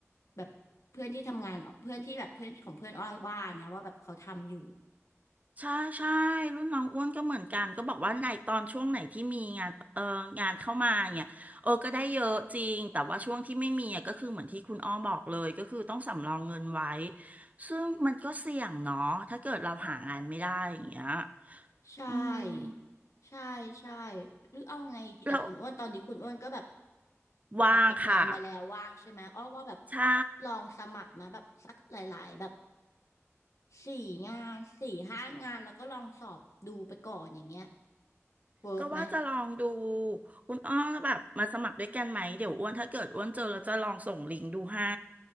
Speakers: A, on the left; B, on the right.
A: แบบเพื่อนที่ทำงานเพื่อนที่แบบเพื่อนของเพื่อนอ้อว่านะว่าแบบเขาทำอยู่
B: ใช่ใช่รุ่นน้องอ้วนก็เหมือนกันก็บอกว่าในตอนช่วงไหนที่มีงานเอองานเข้ามาเนี่ยเออก็ได้เยอะจริงแต่ว่าช่วงที่ไม่มีอะก็คือเหมือนที่คุณอ้อบอกเลยก็คือต้องสำรองเงินไว้ซึ่งมันก็เสี่ยงเนาะถ้าเกิดเราหางานไม่ได้อย่างเงี้ย
A: ใช่
B: อืม
A: ใช่ใช่หรือเอาไงดีแต่คุณอ้วนตอนนี้คุณอ้วนก็แบบ
B: เราวางค่ะ
A: ออกจากงานมาแล้วว่างใช่ไหมอ้อว่าแบบ
B: ใช่
A: ลองสมัครมาแบบสักหลายๆแบบสี่งานสี่ห้างานแล้วก็ลองสอบดูไปก่อนอย่างเงี้ยเวิร์กไหม
B: ก็ว่าจะลองดูคุณอ้อแบบมาสมัครด้วยกันไหมเดี๋ยวอ้วนถ้าเกิดอ้วนเจอแล้วจะลองส่งลิงก์ดูให้